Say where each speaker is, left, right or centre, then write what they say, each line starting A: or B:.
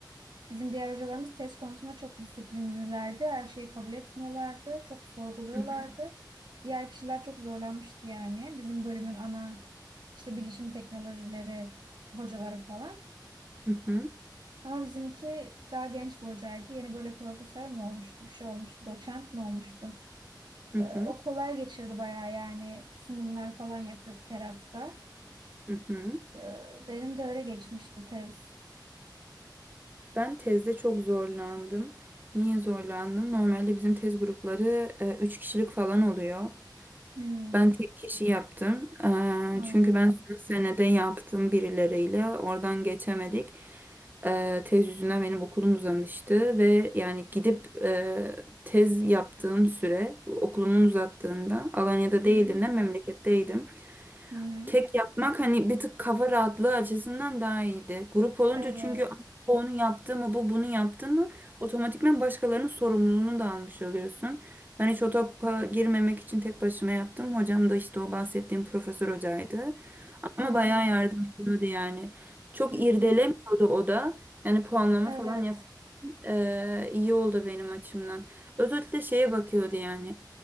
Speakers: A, on the right; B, on the right.
A: Bizim diğer hocalarımız test konusunda çok disiplinlilerdi. Her şeyi kabul etmiyorlardı. Çok sorguluyorlardı.
B: <laughs>
A: Diğer kişiler çok zorlanmıştı yani. Bizim bölümün ana işte bilişim teknolojileri hocaları falan.
B: Hı hı,
A: Ama bizimki daha genç bir hocaydı. Yeni böyle profesör mü olmuştu, bir şey olmuştu, doçent mi olmuştu?
B: hı
A: Ee,
B: hı,
A: o kolay geçirdi bayağı yani. Sunumlar falan yapıyorduk her hafta.
B: hı hı.
A: Ee, benim de öyle geçmişti tez.
B: Ben tezde çok zorlandım. Niye zorlandım? Normalde bizim tez grupları e, üç kişilik falan oluyor.
A: Hmm.
B: Ben tek kişi yaptım.
A: Hmm.
B: E, çünkü ben son senede yaptım birileriyle. Oradan geçemedik. E, tez yüzünden benim okulum uzamıştı ve yani gidip e, tez yaptığım süre okulumun uzattığında Alanya'da değildim
A: Hı hı.
B: de memleketteydim.
A: Hı hı.
B: Tek yapmak hani bir tık kafa rahatlığı açısından daha iyiydi. Grup olunca
A: Evet.
B: çünkü "Ah, bu onu yaptı mı bu bunu yaptı mı otomatikman başkalarının sorumluluğunu da almış oluyorsun. Ben hiç o topa girmemek için tek başıma yaptım. Hocam da işte o bahsettiğim profesör hocaydı. Ama
A: Evet.
B: bayağı yardım ediyordu yani. Çok
A: Hmm,
B: irdelemiyordu o da. Yani puanlama
A: evet
B: falan yap Ee, iyi oldu benim açımdan. Özellikle şeye bakıyordu yani.